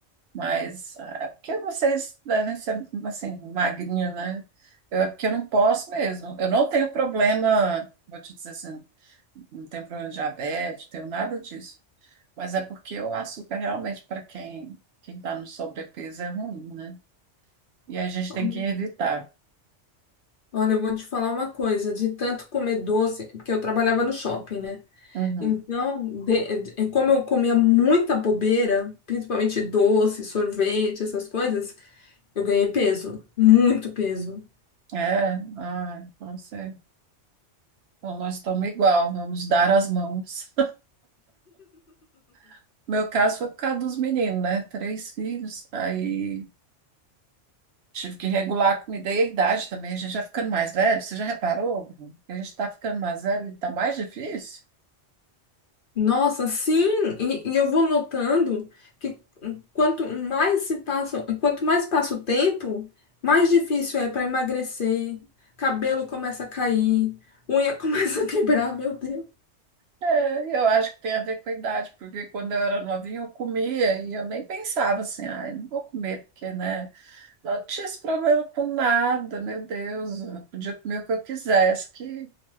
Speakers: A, on the right; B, on the left.
A: Mas ah, é porque vocês devem ser assim, magrinho, né? Eu, é porque eu não posso mesmo. Eu não tenho problema, vou te dizer assim, não tenho problema de diabetes, tenho nada disso. Mas é porque o açúcar realmente, para quem quem está no sobrepeso, é ruim, né? E a gente
B: <laughs>
A: tem que evitar.
B: Olha, eu vou te falar uma coisa, de tanto comer doce, porque eu trabalhava no shopping, né?
A: Uhum.
B: Então, de- de- como eu comia muita bobeira, principalmente doce, sorvete, essas coisas, eu ganhei peso, muito peso.
A: É, ah, então, você, então nós estamos igual, vamos dar as mãos. <laughs> Meu caso foi por causa dos meninos, né? Três filhos, aí tive que regular a comida e a idade também. A gente já ficando mais velho, você já reparou? Bruno, que A gente está ficando mais velho e está mais difícil?
B: Nossa, sim, e, e eu vou notando que quanto mais se passa, quanto mais passa o tempo, mais difícil é para emagrecer, cabelo começa a cair, unha <laughs> começa a quebrar, meu Deus.
A: É, eu acho que tem a ver com a idade, porque quando eu era novinha eu comia e eu nem pensava assim, ai, não vou comer, porque, né? Não tinha esse problema com nada, meu Deus, eu podia comer o que eu quisesse, que